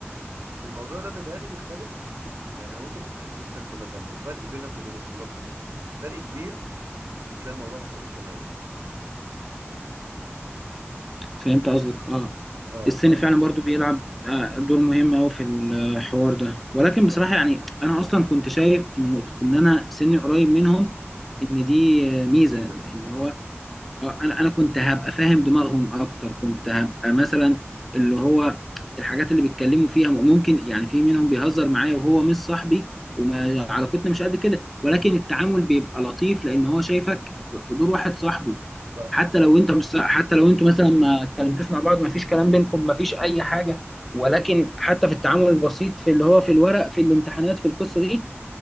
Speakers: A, on the right; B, in the centre.
A: الموضوع ده متهيألي بيختلف يعني لو انت كنت اسيستنت مثلا وفرق بينك وبين الطلاب دي فرق كبير بتلاقي الموضوع مختلف تماما
B: فهمت قصدك اه
A: اه
B: السن فعلا برضو بيلعب آه، دور مهم قوي في الحوار ده ولكن
A: بالظبط
B: بصراحه يعني انا اصلا كنت شايف ان نقطه ان انا سني قريب منهم ان دي آه، ميزه
A: ميزه
B: اللي هو اه انا انا كنت هبقى فاهم دماغهم اكتر كنت هبقى مثلا اللي هو الحاجات اللي بيتكلموا فيها ممكن يعني في منهم بيهزر معايا وهو مش صاحبي وما علاقتنا مش قد كده ولكن التعامل بيبقى لطيف لان هو شايفك في في دور واحد صاحبه
A: صح
B: حتى لو انت مش صاح- حتى لو انتوا مثلا ما اتكلمتوش مع بعض ما فيش كلام بينكم ما فيش اي حاجه ولكن حتى في التعامل البسيط في اللي هو في الورق في الامتحانات في القصه دي